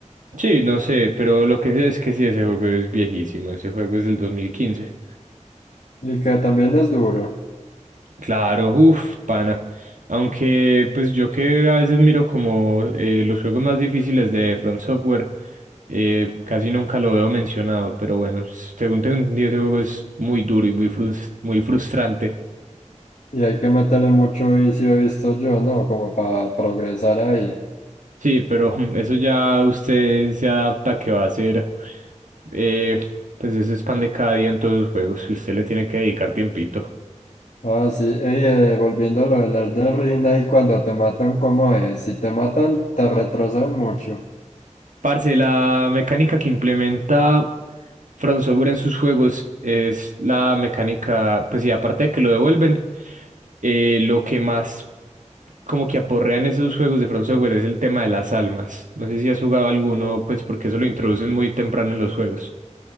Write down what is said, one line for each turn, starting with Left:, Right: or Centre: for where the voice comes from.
Right: Sí, no sé, pero lo que sé es que sí, ese juego es viejísimo, ese juego es del 2015.
Left: Y que también es duro.
Right: Claro, uff, pana. Aunque, pues yo que a veces miro como eh, los juegos más difíciles de Front Software, eh, casi nunca lo veo mencionado, pero bueno, s- según tengo entendido, ese juego es muy duro y muy frus- muy frustrante.
Left: Y hay que meterle mucho vicio, he visto yo, ¿no? Como para progresar ahí.
Right: Sí, pero <laughs> eso ya usted se adapta que va a ser, eh, pues eso es pan de cada día en todos los juegos, que usted le tiene que dedicar tiempito.
Left: Ah, sí. Ey, eh, volviendo a lo del Elden Ring, ahí cuando te matan, ¿cómo es? Si te matan, te retrocedan mucho.
Right: Parce, la mecánica que implementa From Software en sus juegos es la mecánica, pues sí, aparte de que lo devuelven, eh, lo que más como que aporrean esos juegos de From Software es el tema de las almas. No sé si has jugado alguno, pues porque eso lo introducen muy temprano en los juegos.